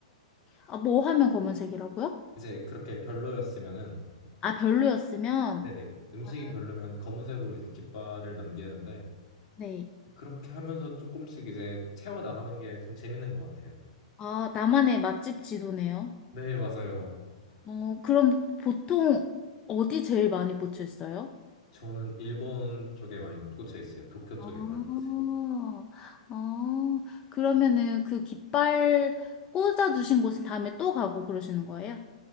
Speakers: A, on the left; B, on the left.
A: 아, 뭐 하면 검은색이라고요?
B: 이제 그렇게 별로였으면은
A: 아, 별로였으면?
B: 네네 음식이
A: 아,
B: 별로면 검은색으로 이제 깃발을 남기는데
A: 네.
B: 그렇게 하면서 조금씩 이제 채워 나가는 게 좀 재밌는 것 같아요.
A: 아, 나만의 맛집 지도네요.
B: 네, 맞아요.
A: 어, 그럼 보통 어디 제일 많이 꽂혔어요?
B: 저는 일본 쪽에 많이 꽂혀 있어요. 도쿄 쪽에
A: 아,
B: 많이 있어요.
A: 아, 그러면은 그 깃발 꽂아두신 곳에 다음에 또 가고 그러시는 거예요?